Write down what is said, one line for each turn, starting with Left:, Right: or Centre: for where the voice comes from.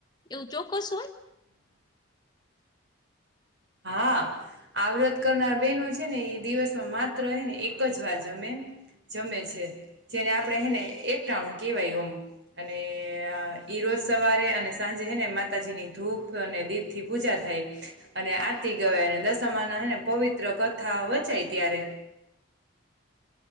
Left: એવું ચોક્કસ હોય.
Right: <inaudible> હા, આવ્રત કરનાર બેહેનો છે, ને એ દિવસમાં માત્ર હે ને એક જ વાર જમે જમે છે. જેને આપણે એને એક ટાણ કેવાય આમ અને ઈરોજ જ સવારે અને સાંજેને માતાજીની ધૂપ અને દીપ થી પૂજા થાય. અને આરતી ગવે અને દશમા ના હને પવિત્ર કથા વચાય. ત્યારે